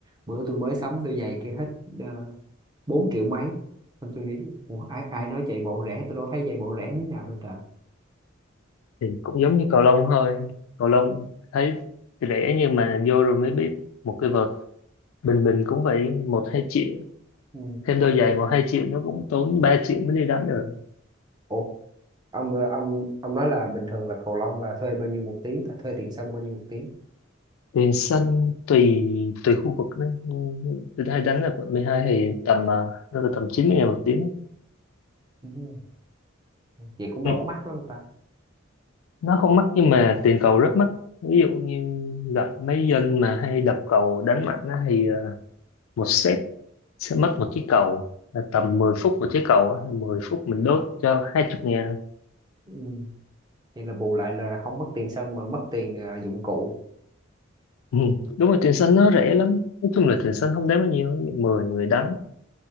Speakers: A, on the right; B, on the left.
A: bữa tôi mới sắm tôi giày kia hết uh, 4 triệu mấy xong tôi nghĩ Ủa, ai ai nói chạy bộ rẻ tôi đâu thấy chạy bộ rẻ miếng nào đâu trời
B: thì cũng giống như cầu lông thôi cầu lông thấy rẻ nhưng mà vô rồi mới biết một cái vợt bình bình cũng phải một hai triệu
A: ừ.
B: thêm đôi giày một hai triệu nó cũng tốn ba triệu mới đi đánh được
A: ừ. Ủa ông ông ông nói là bình thường là cầu lông là thuê bao nhiêu một tiếng ta thuê tiền sân bao nhiêu một tiếng
B: tiền sân tùy tùy khu vực đấy Ừ, tôi hay đánh ở quận 12 thì tầm à, nó là tầm 90 ngàn một tiếng
A: Đúng vậy cũng
B: ừ.
A: đâu có mắc lắm ta
B: nó không mắc nhưng mà tiền cầu rất mắc ví dụ như gặp mấy dân mà hay đập cầu đánh mạnh á thì một set sẽ mất một chiếc cầu là tầm 10 phút một chiếc cầu á, là 10 phút mình đốt cho hai chục ngàn
A: ừ. vậy là bù lại là không mất tiền sân mà mất tiền à, dụng cụ
B: ừ. đúng rồi tiền xanh nó rẻ lắm nói chung là tiền xanh không đáng bao nhiêu 10 người đánh
A: Ừ.